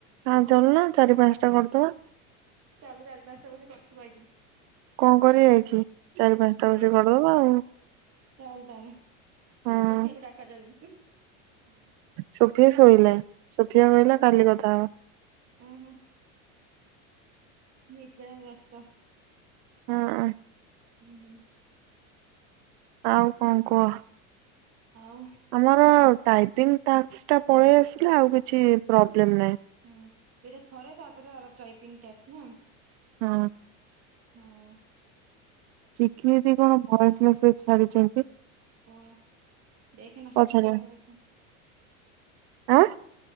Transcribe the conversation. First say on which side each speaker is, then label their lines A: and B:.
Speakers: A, on the right; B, on the right.
A: ହଁ ଚାଲୁନା ଚାରି ପାଞ୍ଚ ଟା କରିଦବା।
B: ଚାଲ ଚାରି ପାଞ୍ଚଟା ବସି କରିଦେବା ଏଇଠି।
A: କଅଁ କରି ଆଇଛୁ ଚାରି ପାଞ୍ଚଟା ବସି କରିଦବା ଆଉ।
B: ଚାଲ୍ ତାହା ହେଲେ
A: ହଁ
B: ସୁଖିଆକୁ ଡ଼ାକା ଦେବି।
A: ସୁଫି ଆ ଶୋଇଲାଣି। ସୁଫିଆ କହିଲା କାଲି କଥା ହବା।
B: ଓ ହୋ। ନିଦ୍ରାଗ୍ରସ୍ତ।
A: ହୁଁ।
B: ହୁଁ ହୁଁ।
A: ଆଉ କଣ କୁହ?
B: ଆଉ
A: ଆମର ଟାଇପିଂ ଟାସ୍କ ପଳେଇ ଆସିଲା ଆଉ କିଛି ପ୍ରୋବ୍ଲେମ୍ ନାହିଁ।
B: ହୁଁ। ଏଇଟା ଥରେ ତାପରେ ଆର ଟାଇପିଂ ଟାସ୍କ ନା।
A: ହୁଁ।
B: ହୁଁ।
A: ଚିକି ଦିଦି କଣ ଭଏସ୍ ମେସେଜ୍ ଛାଡିଛନ୍ତି।
B: କଣ? ଦେଖନା
A: ପଛରେ
B: ସରୁ ଦେଖିବୁ।
A: ଆଁ